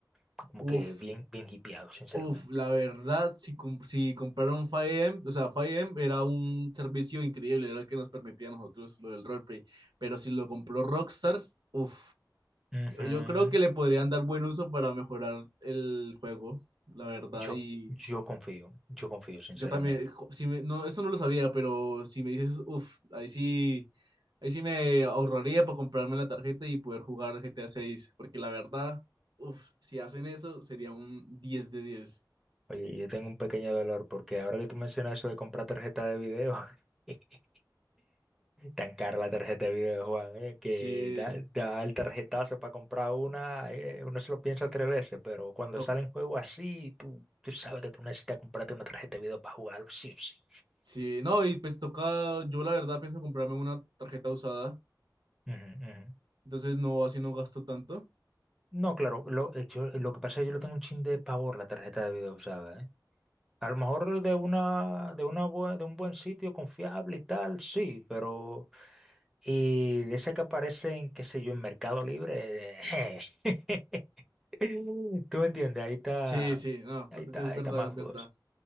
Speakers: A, in the centre; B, on the right.
A: como
B: Uf,
A: que bien, bien hipeado, sinceramente.
B: uf, la verdad, si, com- si compraron 5M, o sea, 5M era un servicio increíble, era el que nos permitía a nosotros lo del roleplay, pero si lo compró Rockstar, uf,
A: Ujú.
B: yo creo que le podrían dar buen uso para mejorar el juego, la verdad,
A: Yo,
B: y...
A: yo confío, yo confío, sinceramente.
B: Yo también, jo- si me- no, eso no lo sabía, pero si me dices, uff, ahí sí, ahí sí me ahorraría para comprarme la tarjeta y poder jugar GTA seis porque la verdad, uff, si hacen eso sería un diez de diez
A: Oye, yo tengo un pequeño dolor porque ahora que tú mencionas eso de comprar tarjeta de video. <laughs> Tan cara la tarjeta de video, Juan, eh, que
B: Sí,
A: da, da el tarjetazo para comprar una, eh, uno se lo piensa tres veces, pero cuando
B: to-
A: sale en juego así, tú, tú sabes que tú necesitas comprarte una tarjeta de video para jugarlo, sí o sí.
B: sí, no, y pues toca, yo la verdad pienso comprarme una tarjeta usada,
A: Ujú, ujú.
B: entonces no, así no gasto tanto.
A: No, claro, lo, eh, yo- eh, lo que pasa es que yo le tengo un chin de pavor a la tarjeta de video usada, ¿eh? A lo mejor de una, de una buen- de un buen sitio confiable y tal, sí, pero y de esa que aparecen, qué sé yo, en Mercado Libre, <laughs> <laughs> Tú me entiendes, ahí está,
B: Sí, sí, no,
A: ahí está,
B: es
A: ahí
B: verdad,
A: está más
B: es verdad.
A: dudoso.